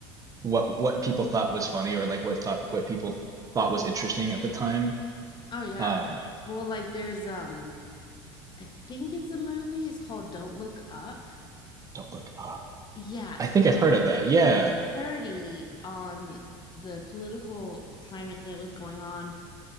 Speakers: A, on the right; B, on the left.
A: what what people thought was funny or like what thought what people thought was interesting at the time.
B: Oh yeah.
A: Um,
B: Well, like there's um I think it's a movie. It's called Don't Look Up.
A: don't look up.
B: Yes.
A: I think I've heard of that. Yeah.
B: And it's a parody on the political climate that was going on.